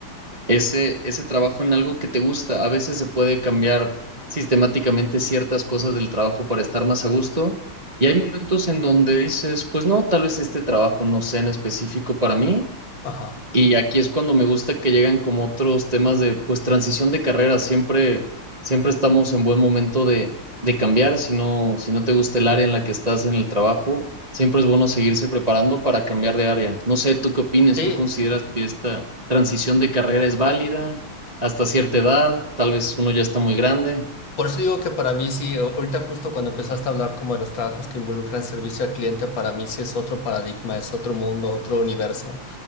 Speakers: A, on the right; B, on the left.
A: ese, ese trabajo en algo que te gusta. A veces se puede cambiar sistemáticamente ciertas cosas del trabajo para estar más a gusto. Y hay momentos en donde dices, pues no, tal vez este trabajo no sea en específico para mí.
B: Ajá.
A: Y aquí es cuando me gusta que llegan como otros temas de, pues, transición de carrera. Siempre, siempre estamos en buen momento de, de cambiar. Si no, si no te gusta el área en la que estás en el trabajo, siempre es bueno seguirse preparando para cambiar de área. No sé, ¿tú qué opinas?
B: Sí.
A: ¿Tú consideras que esta transición de carrera es válida hasta cierta edad? Tal vez uno ya está muy grande.
B: Por eso digo que para mí sí, a- ahorita justo cuando empezaste a hablar como de los trabajos que involucran servicio al cliente, para mí sí es otro paradigma, es otro mundo, otro universo.